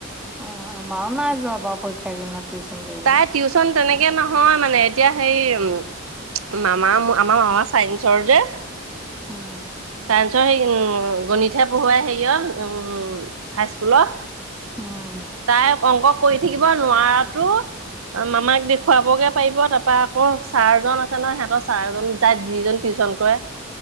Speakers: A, in the centre; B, on the right.
A: অ', আমাৰো নাই যোৱা বাৰু পৰীক্ষা কিনা টিউচন কৰিনে।
B: তাই টিউচন তেনেকে নহয় মানে এতিয়া হে উম। মামা আমাৰ মামা চাইন্ঞ্চৰ যেৱ
A: উম।
B: চাইসৰ সেই উম, গণিতহে পঢ়ুৱাই হেৰিয় উম হাইস্কুলত।
A: উম
B: তাই অংক কৰি থাকিব নোৱাৰাতো মামাক দেখুৱাগে পাৰিব তাৰপা আকৌ ছাৰ জন আছে নহ সিহতৰ ছাৰজন যাত যিজনী টিউচন কৰে